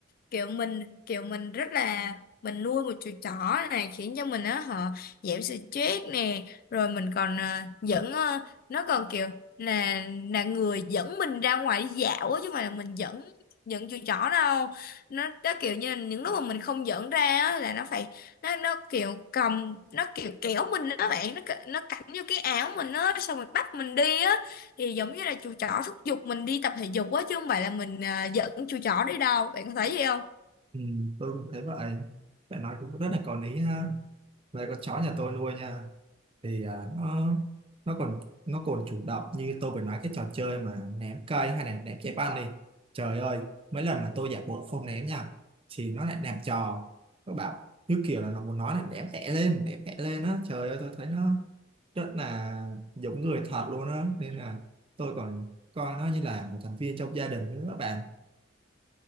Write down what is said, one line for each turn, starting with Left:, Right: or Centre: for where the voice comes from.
Left: kiểu mình kiểu mình rất là mình nuôi một chú chó này khiến cho mình á họ giảm stress nè rồi mình còn à, dẫn à, nó còn kiểu là là người dẫn mình ra ngoài đi dạo á chứ không phải là mình dẫn dẫn chú chó đâu nó đó kiểu như những lúc mà mình không dẫn ra á, là nó phải nó nó kiểu cầm nó kiểu kéo mình đó bạn nó c- nó cắm vô cái áo mình á xong rồi bắt mình đi á thì giống như là chú chó thúc giục mình đi tập thể dục á chứ không phải là mình à, dẫn chú chó đi đâu bạn có thấy gì không
Right: ừ, tôi cũng thấy vậy phải nói cũng rất là có lý ha đây con chó nhà tôi nuôi nha thì à, nó nó còn nó còn chủ động như tôi vừa nói cái trò chơi mà ném cây hay là ném trái banh đi trời ơi mấy lần mà tôi giả bộ không ném nha thì nó lại ném trò nó bảo như kiểu là nó muốn nói là ném tẻ lên ném tẻ lên á trời ơi tôi thấy nó rất là giống người thật luôn á nên là tôi còn coi nó như là một thành viên trong gia đình nữa bạn